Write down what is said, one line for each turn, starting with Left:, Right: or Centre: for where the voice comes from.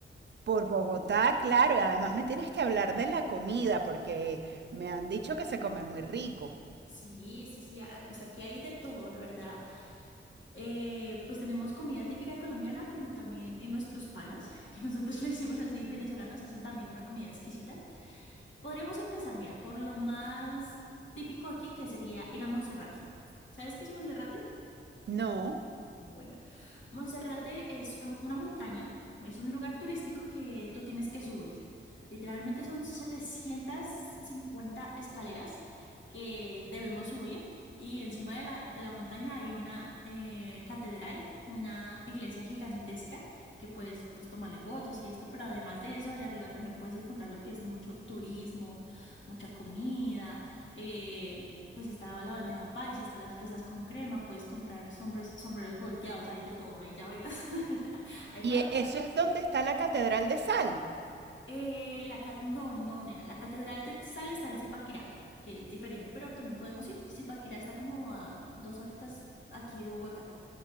Right: Por Bogotá, claro, y además me tienes que hablar de la comida porque me han dicho que se come muy rico.
Left: Sí, sí, sí, ah, pues aquí hay de todo, la verdad. eh, pues tenemos comida típica colombiana, como también en nuestros panas, <laughs> que nosotros le decimos así, venezolanos hacen también una comida exquisita. Podríamos empezar, mira, por lo más típico aquí, que sería ir a Monserrate. ¿Sabes qué es Monserrate?
Right: No,
Left: Bueno, Monserrate es eh, una montaña, es un lugar turístico que tú tienes que subir. Literalmente son 750 escaleras que debemos subir y encima de la, de la montaña hay una eh, catedral, una iglesia gigantesca que puedes pues tomarle fotos y esto, pero además de eso, allá arriba también puedes encontrar lo que es mucho turismo, mucha comida. eh, pues está la bandeja paisa, están las fresas con crema, puedes comprar sombres, sombreros volteados, hay de todo, hay llaveros, <laughs> hay
Right: y
Left: para
Right: e-
Left: todo.
Right: eso es donde está la Catedral de Sal.
Left: Eh, la, ca- no, no, nena, la Catedral de Sal está en Zipaquirá, que es diferente, pero también podemos ir. Zipaquirá está como a dos horitas aquí de Bogotá.